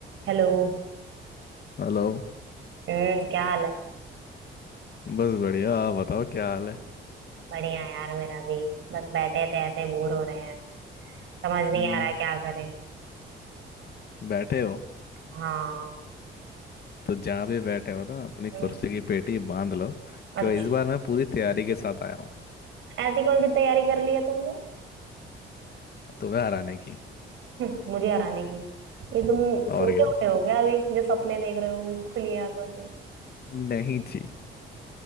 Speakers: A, on the right (about 75°); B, on the left (about 55°).
A: Hello
B: Hello
A: हम्म क्या हाल है
B: बस बढ़िया आप बताओ क्या हाल है
A: बढ़िया यार मेरा भी बस बैठे थे ऐसे बोर हो रहे हैं समझ नहीं
B: हम्म
A: आ रहा है क्या करें
B: बैठे हो
A: हाँ
B: तो जहाँ भी बैठे हो ना अपनी
A: हम्म,
B: कुर्सी की पेटी बांध लो
A: अच्छा
B: क्यों इस बार मैं पूरी तैयारी के साथ आया हूँ
A: ऐसी कौन सी तैयारी कर ली है तुमने
B: तुम्हें हराने की
A: हम्म, मुझे हराने की ये तुम सो
B: और
A: के
B: क्या
A: उठे हो क्या अभी जो सपने देख रहे हो ये खुली आंखों से <laughs>
B: नहीं जी